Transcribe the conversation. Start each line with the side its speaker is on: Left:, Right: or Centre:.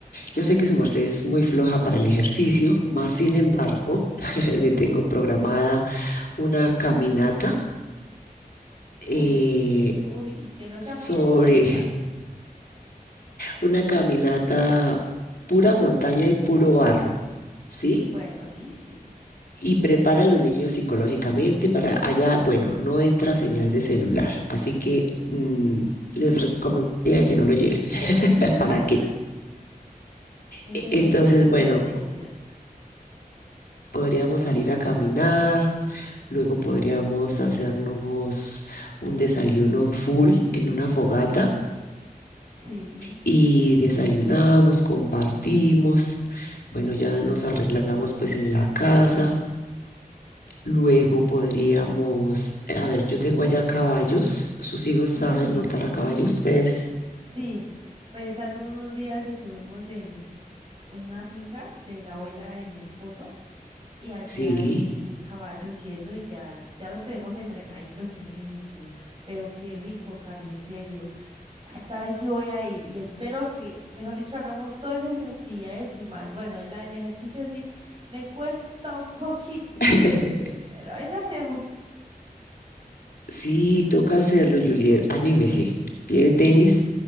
Right: a
Left: Yo sé
Right: ver.
Left: que su merced es muy floja para el ejercicio,
Right: <laughs>
Left: más sin embargo, <laughs> le tengo programada una caminata eh,
Right: Uy, uy, que no sea
Left: sobre
Right: muy extensa.
Left: una caminata pura montaña y puro barro, ¿sí?
Right: Bueno, sí, sí.
Left: y prepara a los niños psicológicamente para allá, bueno, no entra señal de celular, así que mm, les recomendaría que no lo lleven. <laughs>
Right: <laughs>
Left: ¿Para qué?
Right: No
Left: E-
Right: se
Left: Entonces,
Right: lleven malas
Left: bueno,
Right: experiencias.
Left: podríamos salir a caminar, luego podríamos hacernos un desayuno full en una fogata
Right: Sí.
Left: y desayunamos, compartimos, bueno, ya nos arreglamos pues en la casa. Luego podríamos, eh, a ver, yo tengo allá caballos. ¿Sus hijos
Right: Uy,
Left: saben montar
Right: sí.
Left: a caballo ustedes?
Right: Sí, pues hace unos días estuvimos en una finca de la abuela de mi esposo. Y allí
Left: Sí.
Right: hay caballos y eso, y ya, ya los tenemos entrenaditos en ese sentido. Pero qué rico, Cari, en serio. Esta vez sí voy a ir y espero que, mejor dicho, hagamos todas esas actividades y más. Bueno, la del ejercicio sí me cuesta un poquito,
Left: <laughs>
Right: pero ahí la hacemos.
Left: Sí, toca hacerlo, Juliet. Anímese. Lleve tenis